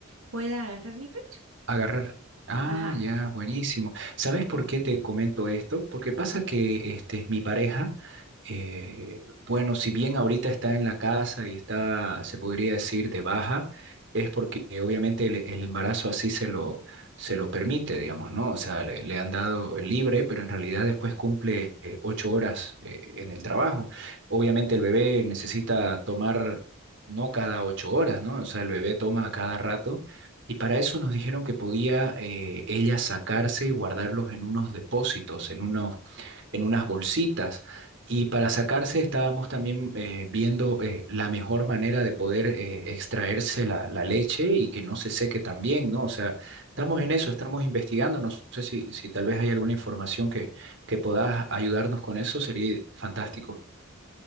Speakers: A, on the right; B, on the right.
A: Pueda agarrar mi pecho.
B: Agarrar. Ah,
A: Ajá,
B: ya, buenísimo. ¿Sabes por qué te comento esto? Porque pasa que este, mi pareja, eh, bueno, si bien ahorita está en la casa y está, se podría decir, de baja, es porque eh, obviamente el, el embarazo así se lo, se lo permite, digamos, ¿no? O sea, le, le han dado libre, pero en realidad después cumple eh, ocho horas eh, en el trabajo. Obviamente el bebé necesita tomar, no cada ocho horas, ¿no? O sea, el bebé toma a cada rato y para eso nos dijeron que podía eh, ella sacarse y guardarlos en unos depósitos, en unos, en unas bolsitas. Y para sacarse estábamos también eh, viendo eh, la mejor manera de poder eh, extraerse la, la leche y que no se seque también, ¿no? O sea, estamos en eso, estamos investigando. No sé si, si tal vez hay alguna información que, que puedas ayudarnos con eso, sería fantástico.